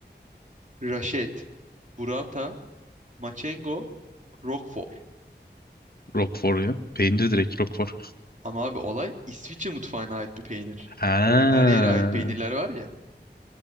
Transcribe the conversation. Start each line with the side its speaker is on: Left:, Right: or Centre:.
Right: Raşet, burrata, maçengo, roquefort.
Left: Roquefort ya. Peynir direkt Roquefort.
Right: Ama abi olay İsviçre mutfağına ait bir peynir.
Left: Ha.
Right: Yani her yere ait peynirler var ya.